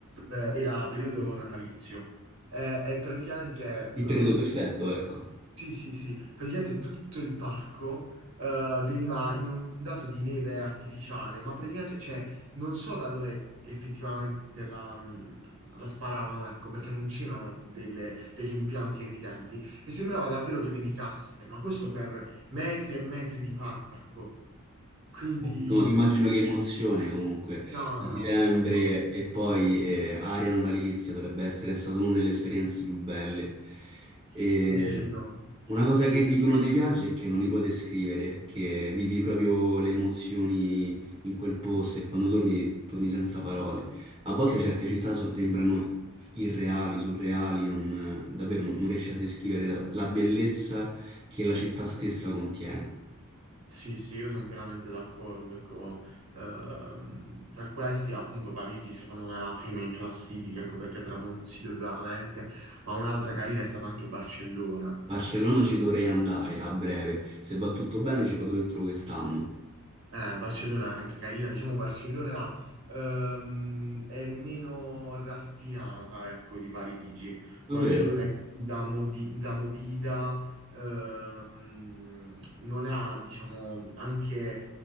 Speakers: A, on the right; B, on the right.
A: eh, era periodo natalizio eh, e praticamente
B: Il
A: ehm,
B: periodo perfetto, ecco.
A: Sì, sì, sì, praticamente tutto il parco eh, veniva inondato di neve artificiale, ma praticamente, cioè, non so da dove effettivamente la, mh, la sparavano, ecco, perché non c'erano delle- degli impianti evidenti e sembrava davvero che nevicasse, ma questo per metri e metri di parco, quindi
B: Immagino, immagino che emozione comunque
A: no,
B: a
A: no,
B: Eh, dicembre
A: fantastico.
B: e poi eh, aria natalizia dovrebbe essere stata una delle esperienze più belle. E
A: Sì, sì, no,
B: una cosa
A: bellissimo.
B: che dicono dei viaggi è che non li puoi descrivere, che vivi proprio le emozioni in quel posto e quando torni, torni senza parole. A volte certe città so- sembrano irreali, surreali, non- davvero non, non riesci a descrivere la la bellezza che la città stessa contiene.
A: Sì, sì, io sono pienamente d'accordo. Ecco, Ehm, tra questi, appunto, Parigi, secondo me, è la prima in classifica, ecco perché te la consiglio vivamente. Ma un'altra carina è stata anche Barcellona.
B: Barcellona ci dovrei
A: Eh,
B: andare a breve. Se va tutto bene ci vado dentro quest'anno.
A: eh, Barcellona è anche carina, diciamo Barcellona ehm, è meno raffinata, ecco, di Parigi.
B: Davvero?
A: Barcellona è più da, modi- da movida, ehm, non ha, diciamo, anche